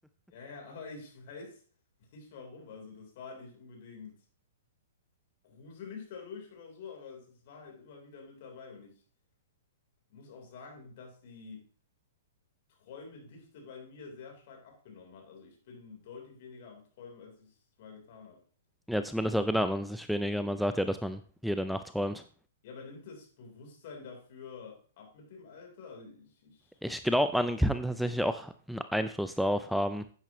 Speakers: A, on the left; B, in the centre.
A: Ja, ja, aber ich <laughs> weiß nicht warum. Also, das war nicht unbedingt gruselig dadurch oder so, aber es, es war halt immer wieder mit dabei und ich. muss auch sagen, dass die Träumedichte bei mir sehr stark abgenommen hat. Also ich bin deutlich weniger am Träumen, als ich es mal getan habe.
B: Ja, zumindest erinnert man sich weniger. Man sagt ja, dass man hier danach träumt.
A: Ja, aber nimmt das Bewusstsein dafür ab mit dem Alter? Also ich, ich,
B: Ich glaube, man kann tatsächlich auch einen Einfluss darauf haben.